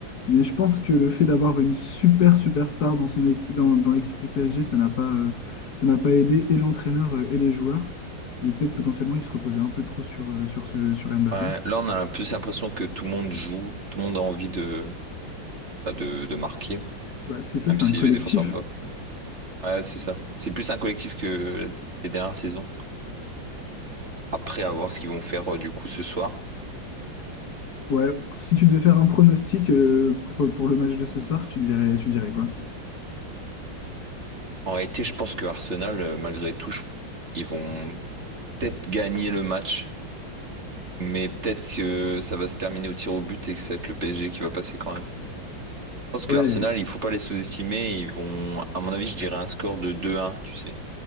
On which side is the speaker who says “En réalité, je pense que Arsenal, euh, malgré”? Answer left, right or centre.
Right